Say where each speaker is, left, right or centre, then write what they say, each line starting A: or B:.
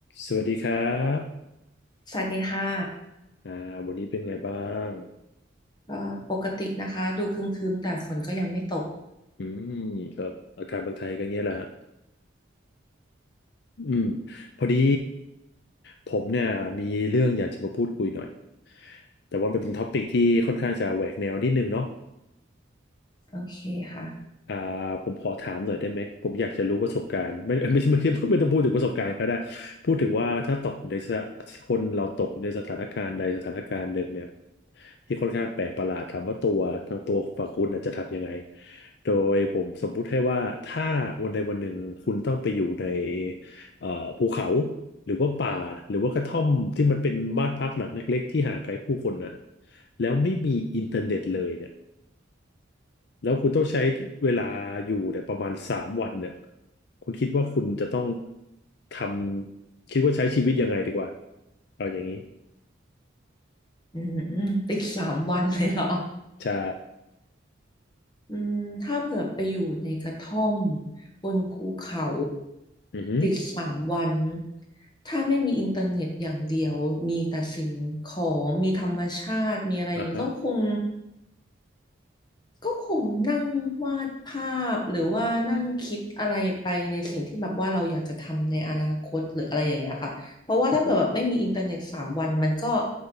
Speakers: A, on the left; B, on the left.
A: สวัสดีครับ
B: สวัสดีค่ะ
A: อ่าวันนี้เป็นไงบ้าง
B: เอ่อปกตินะคะดูครึ้มๆแต่ฝนก็ยังไม่ตก
A: อืมก็อาการเมืองไทยก็เงี้ยแหละฮะอืมพอดีผมเนี่ยมีเรื่องอยากจะมาพูดคุยหน่อย แต่ว่ามันเป็นท็อปิกที่ค่อนข้างจะแหวกแนวนิดนึงเนาะ
B: โอเคค่ะ
A: อ่าผมขอถามหน่อยได้ไหมผมอยากจะรู้ประสบการณ์ไม่ <laughs> ไม่ไม่ไม่ไม่ต้องพูดถึงประสบการณ์ก็ได้พูดถึงว่าถ้าตกในสคนเราตกในสถานการณ์ใดสถานการณ์หนึ่งเนี่ยที่ค่อนข้างแปลกประหลาดถามว่าตัวทางตัวฝั่งคุณน่ะจะทำยังไงโดยผมสมมุติให้ว่าถ้าวันใดวันหนึ่งคุณต้องไปอยู่ในเอ่อภูเขาหรือว่าป่าหรือว่ากระท่อมที่มันเป็นบ้านพักหลังเล็กๆที่ห่างไกลผู้คนนะแล้วไม่มีอินเทอร์เน็ตเลยเนี่ย แล้วคุณต้องใช้เวลาอยู่เนี่ยประมาณสามวันเนี่ยคุณคิดว่าคุณจะต้องทำคิดว่าใช้ชีวิตยังไงดีกว่าเอาอย่างนี้
B: อืมอืมติดสามวันเลยเหรอ
A: ใช่
B: อืมถ้าเผื่อไปอยู่ในกระท่อมบนภูเขา
A: อือฮึ
B: ติดสามวันถ้าไม่มีอินเทอร์เน็ตอย่างเดียวมีแต่สิ่งของมีธรรมชาติมีอะไรอย่างนี้ก็คง
A: อ่าฮะ
B: ก็คงนั่งวาดภาพหรือว่านั่งคิดอะไรไปในสิ่งที่แบบว่าเราอยากจะทำในอนาคตหรืออะไรอย่างเงี้ยค่ะเพราะว่าถ้าเผื่อแบบไม่มีอินเทอร์เน็ตสามวันมันก็
A: อืม